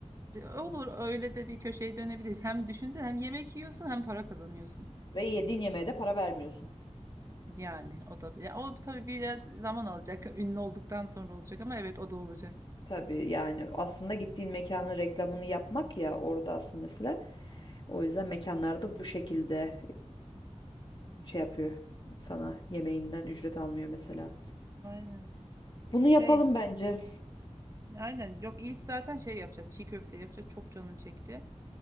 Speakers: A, on the right; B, on the left.
A: E, Olur öyle de bir köşeye dönebiliriz. Hem düşünsene hem yemek yiyorsun hem para kazanıyorsun.
B: Ve yediğin yemeğe de para vermiyorsun.
A: Yani o da ya o tabii biraz zaman alacak. <laughs> Ünlü olduktan sonra olacak ama evet o da olacak.
B: Tabii yani aslında gittiğin mekanın reklamını yapmak ya orada asıl mesele. O yüzden mekanlarda bu şekilde e, şey yapıyor sana yemeğinden ücret almıyor mesela.
A: Aynen.
B: Bunu yapalım
A: Şey,
B: bence.
A: aynen. Yok ilk zaten şey yapacağız. Çiğ köfte yapacağız. Çok canım çekti.